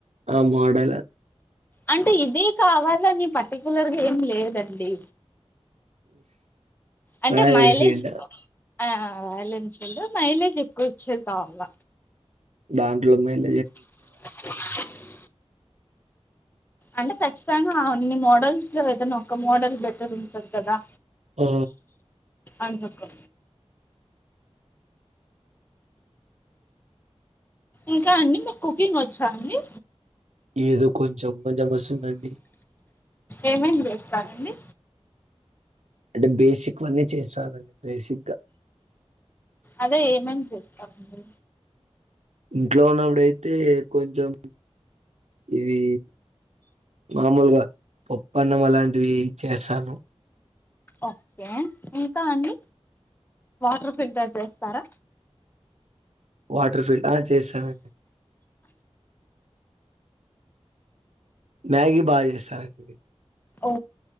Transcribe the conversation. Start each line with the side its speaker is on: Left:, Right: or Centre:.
Right: ఆ మోడలా
Left: అంటే ఇదే కావలోని పర్టికులర్గా ఏం లేదండి అంటే
Right: రాయల్
Left: మైలేజ్
Right: ఎన్ఫీల్డ్
Left: ఆ వాలెన్షీల్డ్ మైలేజ్ ఎక్కువ వచ్చేది కావాల
Right: దాంట్లో మేళ
Left: అే అంటే ఖచ్చితంగా అన్ని మోడల్స్ లో ఏదైనా ఒక్క మోడల్ బెటర్ ఉంటది కదా
Right: ఆ
Left: అందుకు ఇంకా అండి మీకు కుకింగ్ వచ్చా అండి
Right: ఏదో కొంచెం కొంచెం వస్తుందండి
Left: ఏమేం చేస్తారంండి
Right: అంటే బేసిక్ అన్నీ చేస్తానండి బేసిక్
Left: అదే ఏమేమి చేస్తామండి
Right: ఇంట్లో ఉన్నప్పుడయితే కొంచెం ఇది మామూలుగా పప్పన్నం అలాంటివి చేస్తాను
Left: ఓకే ఇంకా అండి వాటర్ ఫిల్టర్ చేస్తారా
Right: వాటర్ ఫీల్డ్ ఆ చేస్త సరేడి మ్యాగీ బాగా చేస్తారండిది
Left: ఓ